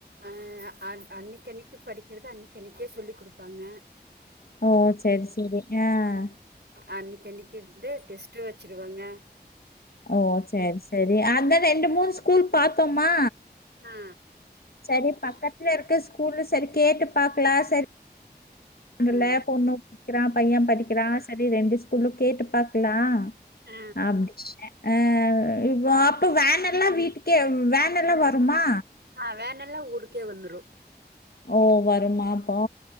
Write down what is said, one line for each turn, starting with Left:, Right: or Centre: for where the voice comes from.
Right: ஆஹ் அஹ் அன் அன்னிக்கி அன்னிக்கி படிக்கிறத அன்னிக்கி அன்னிக்கே சொல்லி குடுப்பாங்க
Left: ஓ செரி செரி ஆஹ்
Right: அன்னிக்கி அன்னிக்கிருந்தே டெஸ்ட்டு வெச்சிருவாங்க
Left: ஓ செரி செரி அதா ரெண்டு மூணு ஸ்கூல் பாத்தோமா
Right: ஆ
Left: செரி பக்கத்துல இருக்கு ஸ்கூல்லு செரி கேட்டு பாக்கலா செரி ல்ல
Right: ஆ
Left: பொண்ணு படிகிறா பைய்ய படிக்கிறா ச செரி ரெண்டு ஸ்கூலு கேட்டு பாக்கலா
Right: ஆ
Left: அப்டின்னு ஆஹ் அஹ் இப்போ அப்போ வேன் எல்லா வீட்டுக்கே வ வேன் எல்லா வருமா
Right: ஆஹ் வேன் எல்லா ஊருக்கே வந்துரு
Left: ஓ வருமா அப்போ